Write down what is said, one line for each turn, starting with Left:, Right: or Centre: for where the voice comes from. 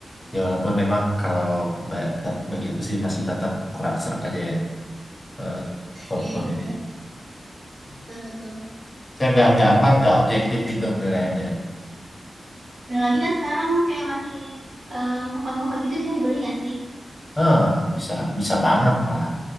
Left: ya walaupun memang kalau ba- bagi aku sih masih tetap kurang serak aja ya eh, font-font
Right: iya iya
Left: ini
Right: iya betul betul
Left: saya nggak nggak apa nggak objektif itu penilaiannya
Right: dan lagi kan sekarang kayak makin eh, ngupon-ngupon gitu bisa dibeli nggak sih
Left: ah bisa bisa banget malah